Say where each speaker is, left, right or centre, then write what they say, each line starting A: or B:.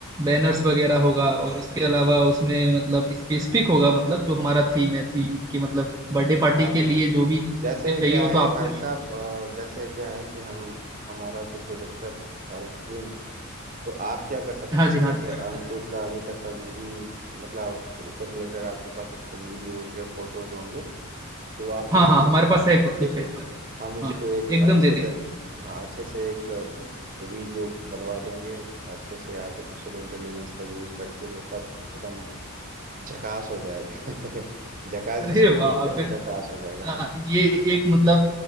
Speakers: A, on the right; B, on the right.
A: बैनर्स
B: हाँ
A: वगैरह
B: हाँ
A: होगा और उसके अलावा
B: जी
A: उसमें मतलब स्पेसिफिक होगा मतलब जो हमारा थीम है थीम की मतलब बर्थडे पार्टी
B: हाँ
A: के
B: जी
A: लिए
B: हाँ जी हाँ
A: जो
B: जी।
A: भी चीजें
B: जैसे
A: चाहिए
B: क्या
A: वो
B: है
A: तो आपको
B: भाई साहब
A: भी
B: अ, जैसे क्या है कि हम हमारा जो प्रोजेक्टर है और स्क्रीन है तो आप क्या कर सकते
A: हाँ
B: हैं
A: जी हाँ
B: जैसे
A: जी आपका
B: अंकुर
A: जो-
B: का अभी तक का जो भी मतलब उसके उससे रिलेटेड आपके पास अच्छे वीडियोस या फोटोज होंगे तो आप
A: हाँ
B: मुझे
A: हाँ
B: दे
A: हमारे
B: देना
A: पास है कुछ कुछ
B: ठीक
A: है
B: है
A: हमारे पास
B: हम उसको
A: हाँ
B: एक
A: एकदम
B: अच्छे
A: दे देंगे
B: तक हाँ अच्छे से एक अ, वीडियो बनवा देंगे अच्छे से आर्टिफिशियल इंटेलिजेंस का यूज करके वो सब एकदम झकास हो जाएगा <laughs> झकास
A: अरे
B: जिसको बोलते
A: वाह
B: हैं
A: फिर
B: वो झकास हो जाएगा
A: हाँ
B: हाँ
A: ये एक मतलब